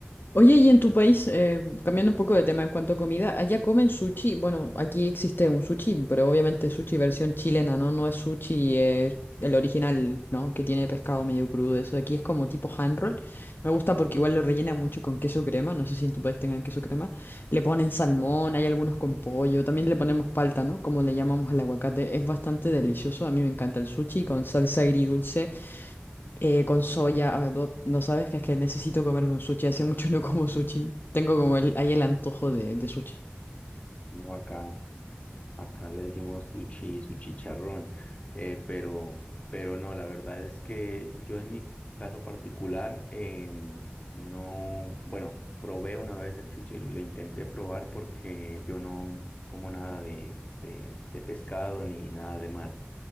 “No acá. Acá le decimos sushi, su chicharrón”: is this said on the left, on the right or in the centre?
Left